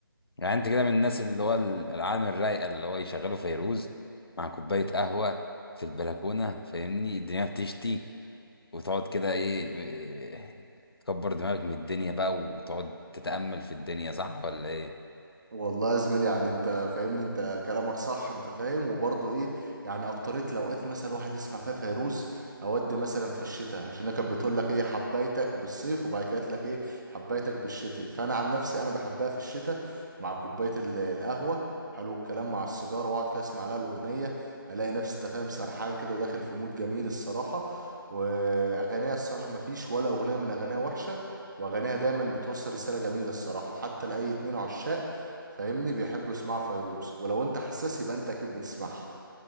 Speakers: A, on the left (about 80°); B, on the right (about 50°).
A: يعني انت كده من الناس اللي هو العالم الرايقه اللي هو يشغلوا فيروز مع كوبايه قهوه في البلكونه فاهمني الدنيا بتشتي وتقعد كده ايه إيه، تكبر دماغك من الدنيا بقى وتقعد تتامل في الدنيا صح ولا ايه
B: والله يا زميلي يعني انت فاهمني انت كلامك صح انت فاهم وبرضه ايه يعني اكتريت الاوقات مثلا الواحد يسمع فيها فيروز اودي مثلا في الشتاء عشان هي كانت بتقول لك ايه حبيتك بالصيف وبعد كده قالت لك ايه حبيتك بالشتاء فانا عن نفسي انا بحبها في الشتاء مع كوبايه ال- القهوه حلو الكلام مع السيجاره واقعد كده اسمع لها الاغنيه الاقي نفسي انت فاهم سرحان كده وداخل في مود جميل الصراحه واغانيها الصراحه ما فيش ولا اغنيه من اغانيها وحشه واغانيها دايما بتوصل رساله جميله الصراحه حتى لاي اتنين عشاق فاهمني بيحبوا يسمعوا فيروز ولو انت حساس يبقى انت اكيد بتسمعها